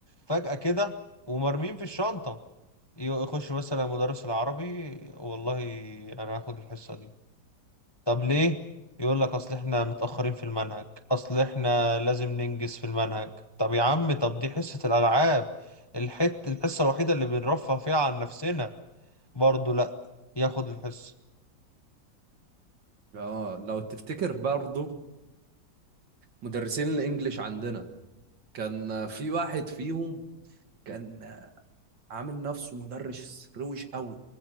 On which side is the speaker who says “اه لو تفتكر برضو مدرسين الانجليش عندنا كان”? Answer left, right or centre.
Right